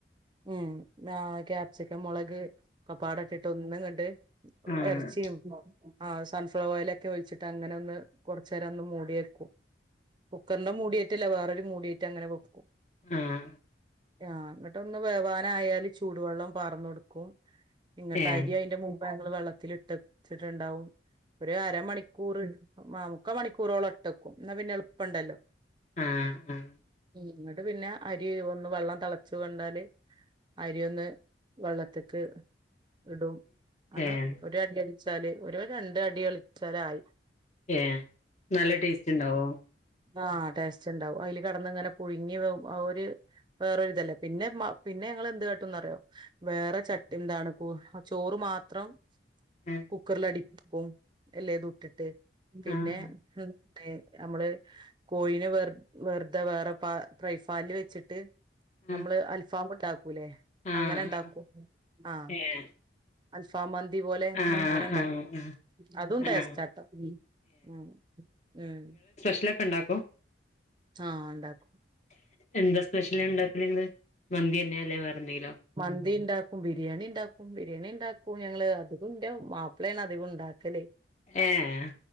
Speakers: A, on the right; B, on the left.
A: ഉം ആഹ് ക്യാപ്സിക്കം മുളക് ഒക്കെപാടെ ഇട്ടിട്ട് ഒന്ന്ങ്ങട് ഉം
B: ആഹ്
A: എറച്ചിയും ആഹ് സൺഫ്ലവർ ഓയിലൊക്കെ ഒഴിച്ചിട്ട് അങ്ങനെ ഒന്ന് കൊറച്ചു നേരം ഒന്ന് മൂടി വെക്കും കുക്കറിന്റെ മൂടി ആയിട്ടല്ല വേറെ ഒരു മൂടിയേറ്റ് അങ്ങനെ വെക്കും
B: ആഹ്
A: ആ ന്ന്ട്ടൊന്ന് വേവാനായാല് ചൂടുവെള്ളം പാർന്നൊട്ക്കും ഇങ്ങട്ട്
B: ഏഹ്
A: അയ്രി അയ്ന്റെ മു മ്പേ ഞങ്ങള് വെള്ളത്തില്ട്ടെച്ച്ട്ട്ണ്ടാവും ഒരു അരമണിക് കൂറ് ആ മുക്കാ മണിക്കൂറോളം ഇട്ടക്കും ന്നാ പിന്നെ എളുപ്പണ്ടല്ലോ
B: ആഹ് ആഹ്
A: ഉം ഇങ്ങട്ട് പിന്നെ അരി ഒന്ന് വള്ളം തളച്ചു കണ്ടാല് അരി ഒന്ന് വള്ളത്ത്ക്ക് ഇടും അനെ
B: ഏഹ്
A: ഒരു അടി അടിച്ചാല് ഒരു രണ്ടടി കളിച്ചാലായി
B: ഏ നല്ല ടേസ്റ്റ് ണ്ടാവോ
A: ആ ടേസ്റ്റ് ണ്ടാവും അയ്ല് കെട്ന്ന്ങ്ങനെ പുഴുങ്ങി വേവുമ്പോ <unintelligible> ഇത് വേറൊരിതല്ലേ പിന്നെ മാ പിന്നെ ഞങ്ങള് എന്ത് കാട്ടുംന്നറിയോ വേറെ ചട്ടി എന്താണ് പ്പോ ആ ചോറ് മാത്രം
B: ആഹ്
A: കുക്കർല് അടിപ്പിക്കും എല്ലേതുട്ട്ട്ട് പിന്നേ
B: ആഹ്
A: ഹ് പി നമ്മള് കോഴിനേ വെർതെ വേറെ പാ പ്രൈഫാല്ല് വെച്ച്ട്ട്
B: ആഹ്
A: നമ്മള് അൽഫാമ്ണ്ടാക്കൂല്ലേ
B: ആഹ്
A: അങ്ങനെണ്ടാക്കും
B: ആഹ്
A: ആ
B: ഏഹ്
A: അൽഫാമ് മന്തി പോലെ
B: ആഹ്
A: അങ്ങനെണ്ടാക്കും
B: ആഹ്
A: അതും ടേസ്റ്റാ
B: ആഹ്
A: ട്ടോ ഉം ആ ഉം
B: വീട്ട്ലക്കെ ണ്ടാക്കോ
A: ആ ണ്ടാക്കും
B: എന്താ സ്പെഷ്യല് ണ്ടാക്കല് ഇന്ന് മന്തി തന്നേ അല്ലേ വേറെന്തെങ്കിലോ
A: മന്തിണ്ടാക്കും ബിരിയാണിണ്ടാക്കും ബിരിയാണിണ്ടാക്കും ഞങ്ങള് അത് അതും ഇന്റെ മാപ്പ്ളേണ് അധികും ണ്ടാക്കല്
B: ഏഹ്